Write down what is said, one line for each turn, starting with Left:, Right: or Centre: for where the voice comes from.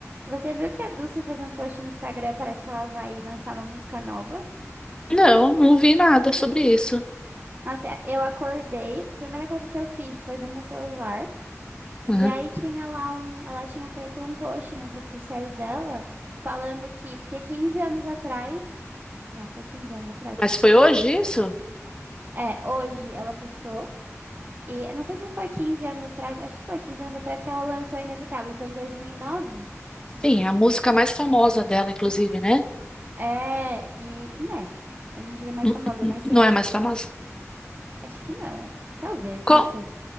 Right: Você viu que a Dulce fez um post no Instagram, parece que ela vai lançar uma música nova.
Left: Não, não vi nada sobre isso.
Right: Nossa, eu acordei, a primeira coisa que eu fiz foi ver meu celular,
Left: Uhum.
Right: e aí tinha lá um, ela tinha feito um post nas redes sociais dela, falando que, porque 15 anos atrás, não, foi 15 anos atrás.
Left: Mas foi hoje isso?
Right: É, hoje ela postou, e eu não sei se foi 15 anos atrás, acho que foi 15 anos atrás que ela lançou Inevitável, e foi em 2009.
Left: Sim, a música mais famosa dela, inclusive, né?
Right: É, e, né, eu não diria mais
Left: N-
Right: famosa,
Left: n-
Right: mas sim,
Left: Não é mais famosa?
Right: acho que não. <laughs> Talvez,
Left: Co-
Right: não sei.